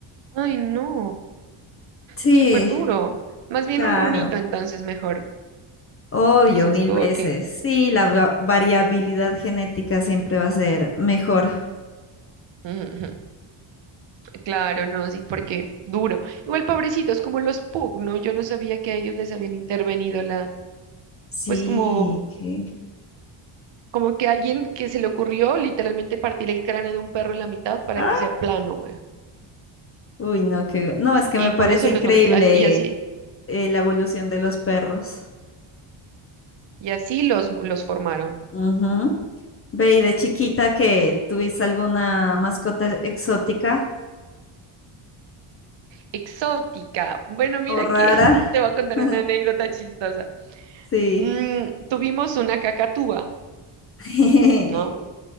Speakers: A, on the right; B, on the left.
A: ay, no,
B: Sí,
A: súper duro. Más bien
B: claro.
A: un runito, entonces mejor.
B: Obvio,
A: Dices
B: mil
A: tú,
B: veces.
A: ok.
B: Sí, la va- variabilidad genética siempre va a ser mejor.
A: Ujú, Claro, no, sí, porque duro. Igual pobrecitos, como los pug, ¿no? Yo no sabía que a ellos les habían intervenido la,
B: Sí,
A: pues como
B: que...
A: Como que alguien que se le ocurrió literalmente partir el cráneo de un perro en la mitad para
B: Ah,
A: que sea plano, güey.
B: uy, no, que... No, es que
A: Y
B: me parece
A: por eso
B: increíble
A: los, mo- as- y así,
B: eh, la evolución de los perros.
A: y así los, los formaron.
B: Ujú. Ve, ¿y de chiquita que tuviste alguna mascota exótica
A: Exótica. Bueno, mira
B: o rara?
A: que <laughs> te voy a contar
B: <laughs>
A: una anécdota chistosa.
B: Sí,
A: Mm, tuvimos una cacatúa,
B: <laughs>
A: ¿no?